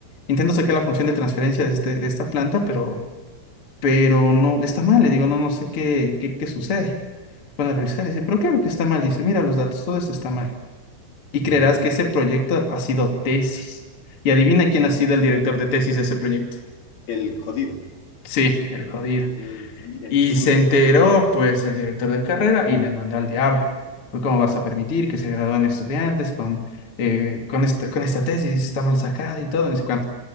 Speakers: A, on the left; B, on the left.
A: intento sacar la función de transferencia de, este, de esta planta, pero, pero no, está mal, le digo, no, no sé qué, qué, qué sucede. Van a revisar, dice, pero claro que está mal, dice, mira los datos, todo esto está mal. Y
B: Mm,
A: creerás que ese proyecto ha sido tesis. Y adivina quién ha sido el director de tesis de ese proyecto.
B: el jodido.
A: Sí, el jodido.
B: Qué mentira,
A: Y
B: chuta,
A: se enteró,
B: qué cagada.
A: pues, el director de carrera y le mandó al diablo. Pues, ¿Cómo vas a permitir que se gradúen estudiantes con, eh, con, esta, con esta tesis? Está mal sacada y todo, no sé cuánto.